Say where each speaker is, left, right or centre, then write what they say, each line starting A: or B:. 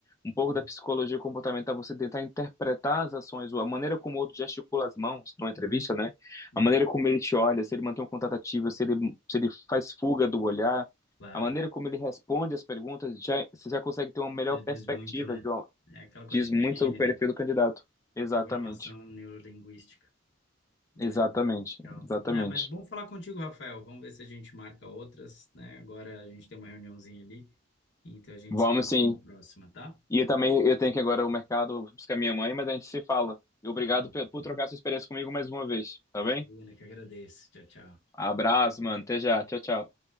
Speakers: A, on the left (about 15°); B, on the left (about 60°).
A: Um pouco
B: Hum,
A: da psicologia comportamental, você tentar interpretar as ações, ou a maneira como o outro gesticula as mãos numa entrevista, né?
B: hum,
A: A maneira como ele te olha, se ele mantém um contato ativo, se ele, se ele faz fuga do olhar,
B: Claro.
A: a maneira como ele responde as perguntas, já, você já consegue ter uma melhor
B: Já diz
A: perspectiva,
B: muito, né?
A: de, ó,
B: É aquela coisa
A: diz
B: de
A: muito
B: PNL,
A: sobre o perfil
B: né?
A: do candidato. Exatamente.
B: Programação neurolinguística, né?
A: Exatamente,
B: Legal.
A: exatamente.
B: Ah, mas bom falar contigo, Rafael. Vamos ver se a gente marca outras, né? Agora a gente tem uma reuniãozinha ali, então a gente
A: Vamos
B: se
A: sim.
B: vê na próxima, tá?
A: E eu também eu tenho que ir agora ao mercado buscar minha mãe, mas a gente se fala. E obrigado
B: Tá bom.
A: pe- por trocar sua experiência comigo mais uma vez, tá
B: Imagina,
A: bem?
B: que agradeço. Tchau, tchau.
A: Abraço, mano. Até já. Tchau, tchau.